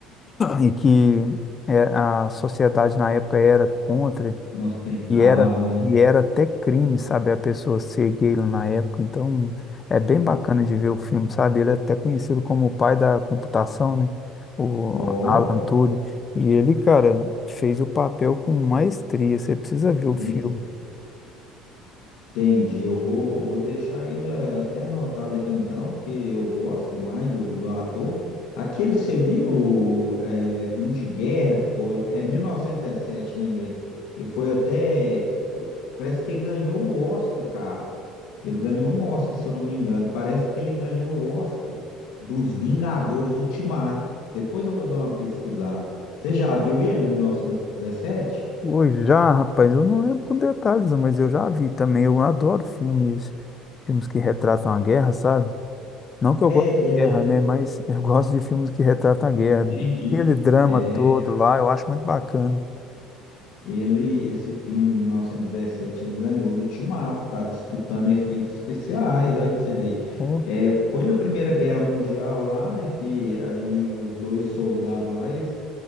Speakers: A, on the left (about 25°); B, on the left (about 70°).
A: e que é, a sociedade na época era contra.
B: Não aceitava,
A: E era,
B: né?
A: e era até crime, sabe, a pessoa ser gay lá na época. Então, é bem bacana de ver o filme, sabe? Ele é até conhecido como o pai da computação, né? O
B: Ó,
A: Alan Turing. E ele, cara, fez o papel com maestria. Você precisa ver o
B: esse.
A: filme.
B: Entendi, eu vou, eu vou deixar ele eh, até anotado aqui então, porque eu gosto demais do, do ator. Aquele, você viu, o, eh, um de guerra que foi, é 1917, lembrei. E foi até, eh, parece que ganhou o Oscar, cara. Ele ganhou um Oscar, se eu não me engano. Parece que ele ganhou o Oscar dos Vingadores Ultimato. Depois eu vou dar uma pesquisada. Você já viu ele, 1917?
A: Hoje já, rapaz, eu não lembro com detalhes, não, mas eu já vi também. Eu adoro filmes, filmes que retratam a guerra, sabe? Não que eu
B: É,
A: goste
B: ele
A: de guerra,
B: é mais...
A: né? Mas <laughs> eu gosto de filmes que retratam a guerra.
B: Entendi.
A: Aquele drama
B: É,
A: todo lá, eu acho muito bacana.
B: Ele, esse filme, 1917, ele ganhou do Ultimato, estava disputando efeitos especiais, olha para você ver.
A: Ó.
B: É, foi na Primeira Guerra Mundial lá, né, que aí os dois soldados lá eles